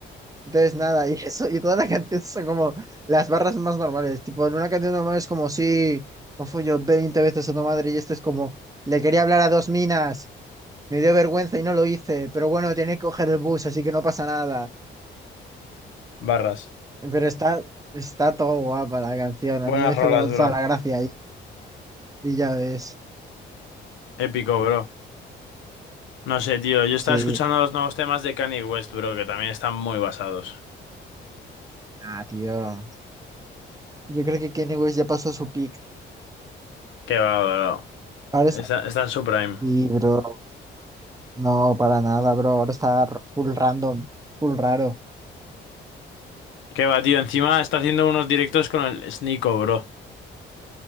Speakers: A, on the right; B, on the left.
A: Entonces, nada, y eso, y todas las canciones son como las barras más normales. Tipo, en una canción normal es como, sí, no fui yo 20 veces a tu madre, y este es como, le quería hablar a dos minas, me dio vergüenza y no lo hice, pero bueno, tiene que coger el bus, así que no pasa nada.
B: Barras.
A: Pero está, está todo guapa la canción,
B: Buenas
A: a mí me hizo
B: rolas,
A: como toda
B: bro.
A: la gracia, y, y ya ves,
B: Épico, bro. No sé, tío. Yo
A: sí.
B: estaba escuchando los nuevos temas de Kanye West, bro, que también están muy basados.
A: Ah, tío, yo creo que Kanye West ya pasó su peak.
B: Qué va, bro.
A: Ahora
B: Está,
A: está,
B: está en su prime.
A: sí, bro, no, para nada, bro, ahora está full random, full raro.
B: Qué va, tío. Encima está haciendo unos directos con el Sneeko, bro.